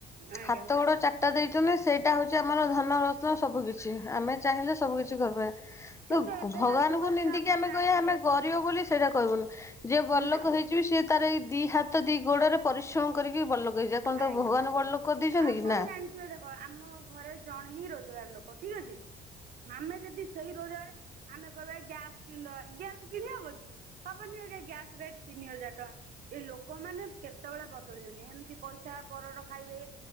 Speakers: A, on the right (about 55°); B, on the left (about 15°).
A: ଆଜ୍ଞା
B: ହାତ ଗୋଡ ଚାରିଟା ଦେଇଛନ୍ତି ସେଇ ଟା ହୋଉଛି ଆମର ଧନରତ୍ନ ସବୁ କିିଛି ଆମେ ଚାହିଁଲେ ସବୁ କିିଛି କରିପାରିବା।
A: କିନ୍ତୁ
B: ତ ଗ
A: ଏବେକା
B: ଭଗବାନଙ୍କୁ
A: ଯୁଗରେ
B: ନିନ୍ଦିକି
A: ତ ଆପଣ
B: ଆମେ
A: ଜାଣିଥିବେ
B: କହିବା ଆମେ ଗରିବ ବୋଲି ସେଇଟା କହିବୁନୁ ଯିଏ ବଡଲୋକ
A: ନା
B: ହେଇକି ଜି ବି ସେ ତାର ଏଇ ଦି ହାତ ଦି ଗୋଡରେ ପରିଶ୍ରମ କରିକି ବଡ଼ଲୋକ କହିଚି ପା କଣ
A: ଆଜ୍ଞା।
B: ତ ଭଗବାନ ବଡଲୋକ କରିଦେଇଛନ୍ତିକି
A: ଆପଣ
B: ନା
A: <unintelligible> ଦେଖ ଆମ ଘରେ ଜଣେ ହିଁ ରୋଜଗାର ଲୋକ ଠିକ ଅଛି ଆମେ ଯେଦି ସେଇ ରୋଜଗାରେ ଆମେ କହିବା ଗ୍ୟାସ୍ କିଣି ଦବା ଗ୍ୟାସ୍ କିଣି ହବ କି? ହବନି ଆଜ୍ଞା ଗ୍ୟାସ୍ ରେଟ ତିନି ହଜାର ଟଙ୍କା ଏଇ ଲୋକମାନେ କେତେବେଳେ ବଦଳିବେନି ଏମିତି ପଇସା ପରର ଖାଇବେ